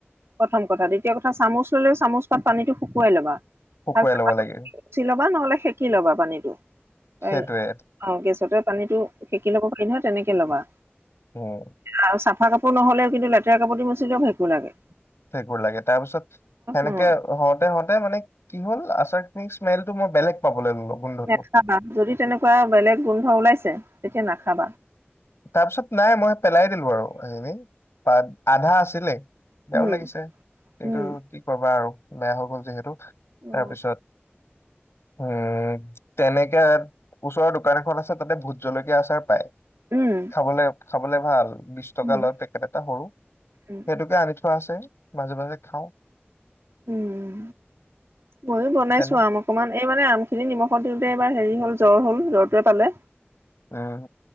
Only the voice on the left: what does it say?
শুকুৱাই
ল'ব লাগিল
সেইটোৱে।
উম্প <unintelligible>
ভেকুৰ লাগে তাৰ পিছত সেনেকে
হওঁতে হওঁতে মানে কি হ'ল আচাৰ খিনি স্মেলটো মই বেলেগ পাবলৈ ললো গোন্ধটো।
তাৰ পিছত নাই মই পেলাই দিলো আৰু সেইখিনি, আধা আছিলে বেয়াও
লাগিছে কিন্তু
কি কৰবা আৰু বেয়া হৈ গল যিহেতু। তাৰপিছত
উম, তেনেকে ওচৰত দোকান এখন আছে তাতে ভূত জলকীয়া আচাৰ পায়।
খাবলে খাবলে ভাল, বিশ টকা
লয় পেকেট এটা সৰু,
সেইটোকে আনি থ থোৱা আছে মাজে মাজে খাওঁ।
তেনে
উম